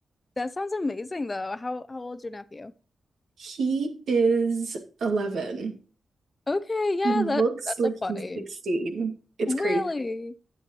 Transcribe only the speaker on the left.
That sounds amazing though. How how old's your nephew?
Okay, yeah,
that that's
a fun
age.
Really?